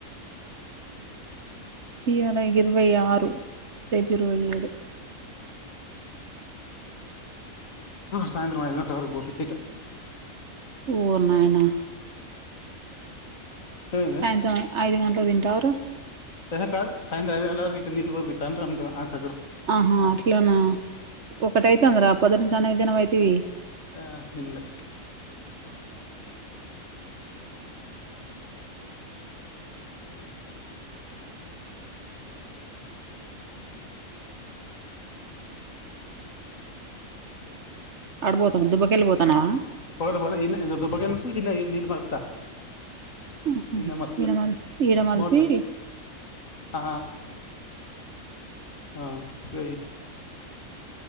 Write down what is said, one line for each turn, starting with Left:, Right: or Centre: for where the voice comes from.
Right: ఇయాల ఇరవై ఆరు రేపు ఇరవై ఏడు
Left: సాయంత్రం ఐదుగంటల వరకు పోతోట్టితే
Right: ఓరినాయనా
Left: ఏమైంది
Right: సాయంత్రం ఐదు గంట కు తింటారు
Left: ఎహె కాదు సాయంత్రం ఐదు గంటల వరకు ఇటు నీళ్లు పోపి త్త <unintelligible>
Right: ఆహా అట్లనా ఒకటైతాందిరా పొద్దటినుంచి అన్నమే తినవైతివి <unintelligible>
Left: ఆ తిన్లే
Right: అరుపోతాన్నవా దుబ్బకేలిపోతాన్నవా
Left: పోలే పోలే ఈడ్నే దుబ్బకెందుకు ఈడ్నే నీళ్ళు మలుపుతా
Right: ఆహ
Left: ఈడ్నే మలుపుతా
Right: ఈడ మల్పి ఈడ మల్పి
Left: మోటర్ ఆ ఆహ్ ఇగ